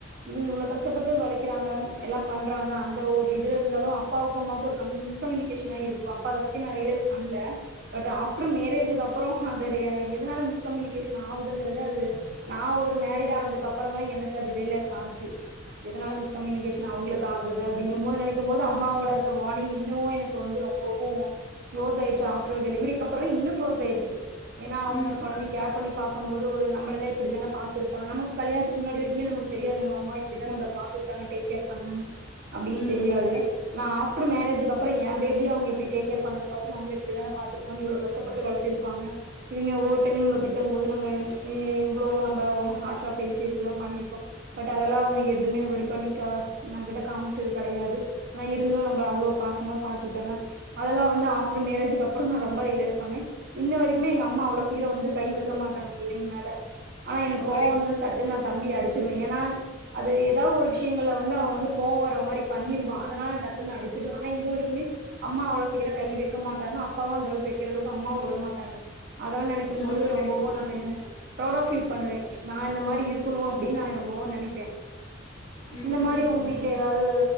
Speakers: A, on the right; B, on the left.
A: இவங்க இவ்ளோ கஷ்டப்பட்டு வளக்க கிறாங்க எல்லாம் பண்றாங்க அந்த ஒரு இது இருந்தாலும் அப்பாவுக்கு அம்மாவுக்கு ஒரு கம்யூனிஸ் ஒரு மிஸ் கம்யூனிகேஷன் இருக்கு அப்ப அத பத்தி நான் ரியலைஸ் பண்ல அப்ப ஆப்டர் மேரேஜ்க்கு அப்பறோம் அந்த எதனால மிஸ்கம்யூனிகேஷன் ஆகுதுங்கறது அது நான் ஒரு மேரேஜ் ஆனதுக்கு அப்புறம் தான் எனக்கு அது ரிலஃப் ஆச்சு எதனாலும் கம்யூனிகேஷன் அவங்களுக்கு ஆகுது அப்படிங்க போது க்கும் போது அம்மாவோட இருக்க வாணி்ங் இன்னும் எனக்கு வந்து ரொம்பவும் க்ளோஸ் ஆயிடுச்சு ஆஃப்டர் டெலிவரிக்கு அப்புறம் இன்னும் க்ளோஸ் ஆயிடுச்சு ஏன்னா அவங்க
B: ம்
A: குழந்தைய கேர் பண்ணி பாக்கும்போது ஒரு நம்பல்ல இப்டிதான பாத்திருப்பான். நமக்கு கல்யாணத்துக்கு முன்னாடி வரைக்குமே நமக்கு தெரியா நம்ம அம்மா இப்டிதான நம்ல பாத்துட்டாங்க டேக் கேர் பண்ணாங்க. அப்டினு
B: ம்
A: தெரியாது, ஆனா ஆஃப்டர் மேரேஜ் அதுக்கப்றம் என் பேபி அவங்க எப்டி டேக்கேர் பண்ணதபாத்து நம்ள இப்படிதான பாத்திருப்பாங்க, இவ்ளோ கஷ்டப்பட்டு வளத்திருப்பாங்க, இவிங்க ஒவ்வொரு டைமு நம்ல திட்டம் போது நம்ம இவ்ளோ நம்ம ஹார்ஷா பேசிருக்கோ பண்ணிருக்கோம். பட் அதலா அவங்க எதுமே ஒரி பண்ணிகா நம்கிட்ட காம்ச்சது கிடையாது, ஆனா இருந்தும் நம்ம அவ்ளோ பாசமா பாத்துகிட்டாங்க, அதலா வந்து ஆஃப்டர் மேரேஜுக்கப்பறம் நா ரொம்ப ரியலைஸ் பண்ண. இன்னய வரைக்குமே எங்க அம்மா அவ்ளோ சீக்ரம் வந்து கை வக்க மாட்டாங்க பிள்ளைங்மேல. ஆனா எனக்
B: ஓ
A: கோவ வந்துறு சட்டு நா தம்பிய அடிச்சுருவ ஏனா அது எதா ஒரு விஷயங்கள்ல வந்து அவன் வந்து கோவ வர மாரி பண்ணிருவா, அதனால ந டக்குனு அடிச்சிருவ. ஆனா இது வரைக்குமே அம்மா அவ்ளோ சீக்ரம் கை வக்க மாட்டாங்க, அப்பாவும் அந்த அளவுக்கு வக்கிற அளவுக்கு அம்மாவும் விட மாட்டாங்க. அதெலா நினைக்கும் போது
B: ம்
A: ரொம்பவும் நானு ப்ரௌடா ஃபீல் பண்ணுவ, நா இந்த மாரி இருக்குனு அப்டினு நா. னு நினைப்ப
B: ம்
A: இந்த மாரி உங்க வீட்ல
B: ம்
A: யாராவது